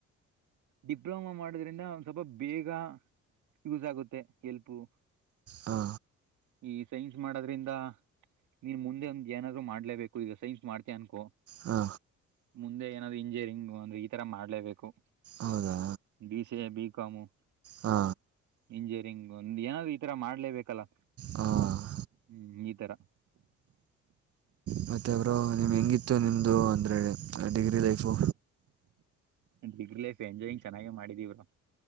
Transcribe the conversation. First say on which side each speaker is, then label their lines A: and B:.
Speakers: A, on the right (about 75°); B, on the right (about 50°).
A: ಡಿಪ್ಲೊಮಾ ಮಾಡೋದ್ರಿಂದ ಒಂದು ಸ್ವಲ್ಪ ಬೇಗ ಯೂಸ್ ಆಗುತ್ತೆ ಹೇಲ್ಪು.
B: ಹಾ.
A: ಈ ಸೈನ್ಸ್ ಮಾಡೋದ್ರಿಂದ. ನೀನ್ ಮುಂದೆ ಒಂದ್ ಏನಾದರು ಮಾಡಲೇಬೇಕು ಈಗ ಸೈನ್ಸ್ ಮಾಡತಿಯಾ ಅನ್ಕೋ.
B: ಹಾ.
A: ಮುಂದೆ ಏನಾದ್ರು ಇಂಜಿನಿಯರಿಂಗ್ ಅಂದ್ರೆ ಈ ತರ ಮಾಡ್ಲೇಬೇಕು.
B: ಹೌದಾ.
A: B C A B com.
B: ಹಾ.
A: ಇಂಜಿನಿಯರಿಂಗ್ ಒಂದ್ ಏನಾದ್ ಈ ತರ ಮಾಡ್ಲೇಬೇಕಲ್ಲಾ.
B: ಹಾಂ
A: ಹ್ಮ್ ಈ ತರಾ.
B: ಮತ್ತ ಬ್ರೋ ನಿಮ್ಮ ಹೆಂಗಿತ್ತು ನಿಮ್ಮದು ಅಂದರೆ degree life.
A: Degree life enjoying ಚೆನ್ನಾಗಿ ಮಾಡಿದೀವ ನಾವ.